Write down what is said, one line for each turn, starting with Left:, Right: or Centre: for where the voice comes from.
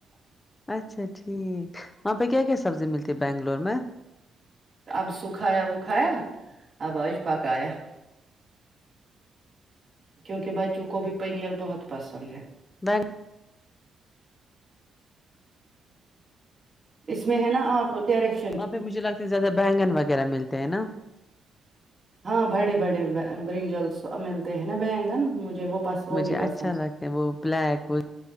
Left: اچھا ٹھیک وہاں پہ کیا کیا سبزی ملتی ہے بنگلور میں
Right: اب سکھایا وکھایا اب آج پکایا کیونکہ بچوں کو بھی پینئیر بہت پسند ہے
Left: دان
Right: اس میں ہے نا آپ ڈائریکٹ
Left: وہاں پہ مجھے لگتا ہے زیادہ بینگن وغیرہ ملتے ہیں نا
Right: ہاں بڑے بڑے برنجلس ملتے ہیں نا بینگن مجھے وہ پس وہ
Left: مجھے
Right: بھی
Left: اچھا
Right: پس ہیں
Left: لگتا ہے وہ بلیک وہ